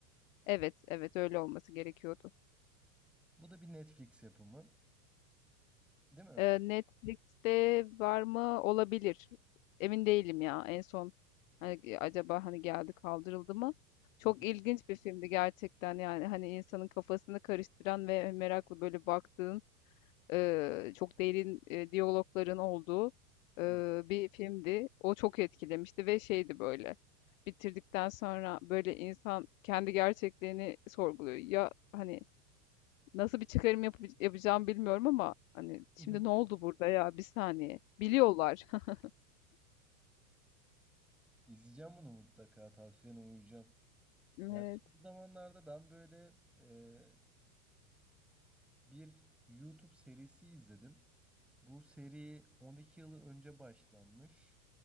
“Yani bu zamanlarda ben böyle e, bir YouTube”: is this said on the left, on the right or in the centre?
Centre